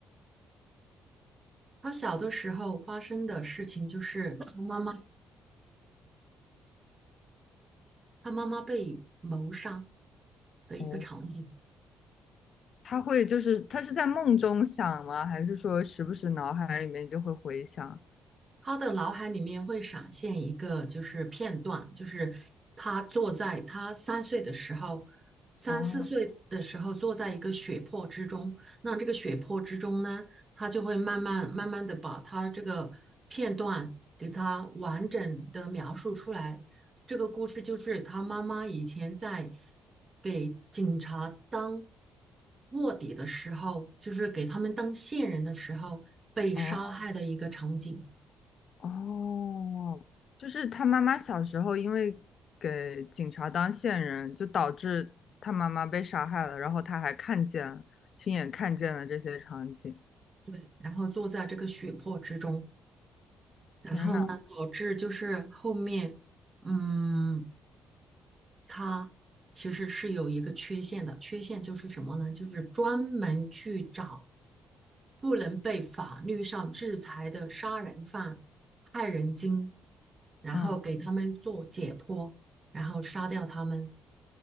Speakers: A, on the right; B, on the left.
A: 他小的时候发生的事情就是他妈妈，他妈妈被谋杀的一个场景。
B: 哦，他会就是他是在梦中想吗？还是说时不时脑海里面就会回想？
A: 他的脑海里面会闪现一个就是片段，就是他坐在他三岁的时候，三四岁的时候坐在一个血泊之中。
B: 哦
A: 那这个血泊之中呢，他就会慢慢慢慢的把他这个片段给他完整的描述出来。这个故事就是他妈妈以前在给警察当卧底的时候，就是给他们当线人的时候被杀害的一个场景。
B: 哦哦，就是他妈妈小时候因为给警察当线人，就导致他妈妈被杀害了，然后他还看见亲眼看见了这些场景。
A: 对，然后坐在这个血泊之中，然后呢，
B: 天呐，
A: 导致就是后面，嗯，他其实是有一个缺陷的，缺陷就是什么呢？就是专门去找不能被法律上制裁的杀人犯、害人精，然后给他们做解剖，
B: 嗯。
A: 然后杀掉他们。